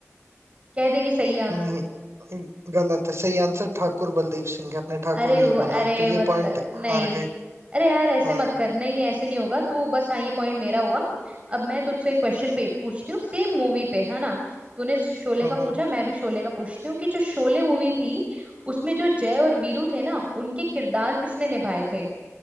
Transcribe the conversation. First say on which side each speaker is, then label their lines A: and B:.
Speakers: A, on the right; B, on the right.
A: कह दे कि सही है
B: नहीं गलत है सही आंसर ठाकुर बलदेव सिंह है आपने ठाकुर
A: अरे
B: नहीं
A: वो-
B: बोला
A: अरे
B: तो ये
A: मतलब
B: पॉइंट
A: नहीं
B: हार गए
A: अरे यार ऐसे
B: हम्म
A: मत कर नहीं नहीं ऐसे नहीं होगा तू बस हाँ ये पॉइंट मेरा हुआ अब मैं तुझसे एक क्वेश्चन पे पूछती हूँ सेम मूवी पे है ना तूने शोले
B: हम्म
A: का पूछा मैं भी शोले का पूछती हूँ कि जो शोले मूवी थी उसमें जो जय और वीरू थे ना उनके किरदार किसने निभाए थे